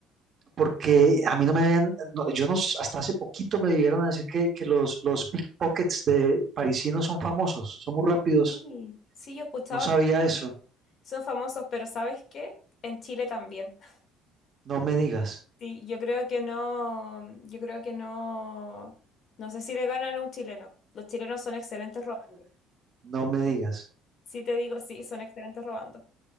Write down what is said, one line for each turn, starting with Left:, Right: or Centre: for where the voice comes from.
Right: porque a mí no me habían, no, yo no, s- hasta hace poquito me vivieron a decir que, que los, los pickpockets de parisinos son famosos, son muy rápidos.
Left: Sí, sí, yo he escuchado
Right: No sabía
Left: que
Right: eso.
Left: son famosos, pero ¿sabes qué? En Chile también. <laughs>
Right: No me digas,
Left: Sí, yo creo que no, yo creo que no, no sé si le ganan a un chileno. Los chilenos son excelentes robando.
Right: no me digas.
Left: Sí, Sí te digo, sí, son excelentes robando.